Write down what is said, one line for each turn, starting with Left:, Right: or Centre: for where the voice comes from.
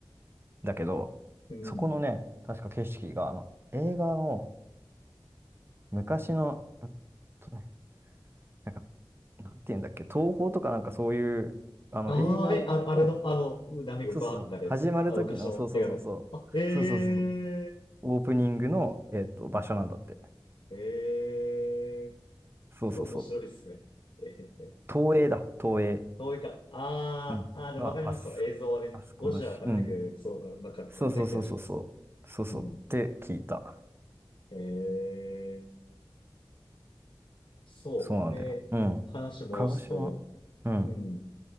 Right: だけど、
Left: うん。
Right: そこのね、確か景色が、あの、映画の昔の、うんとねなんかなんていうんだっけ、東宝とかなんかそういう、あの、
Left: ああ、
Right: 映画を、
Left: え、あの、あれの、
Right: の、
Left: あの、波がバーってなるやつ。
Right: そうそうそう、始まる時の、
Left: あの、昔の映画の。
Right: そうそうそうそう、
Left: あ、え
Right: そうそうそうそう、
Left: え
Right: オープニングの、えっと、
Left: うん。
Right: 場所なんだって。
Left: ええ
Right: そうそうそう。
Left: そう、面白いですね。ええ
Right: 東映だ、東映。
Left: どういうか、ああ、
Right: うん。
Left: ああ、でもわかりますよ。
Right: まあ、あす、
Left: 映像はね、
Right: あそこだし、
Left: ゴジラが出てくる、
Right: うん。
Left: そう、なんか見た気がします。
Right: そうそうそうそうそう。そうそう。
Left: うん。
Right: って聞いた。
Left: ええそう。
Right: そうなんだよ。
Left: で、
Right: うん。
Left: 話戻すと、
Right: 鹿児島。うん。
Left: うん、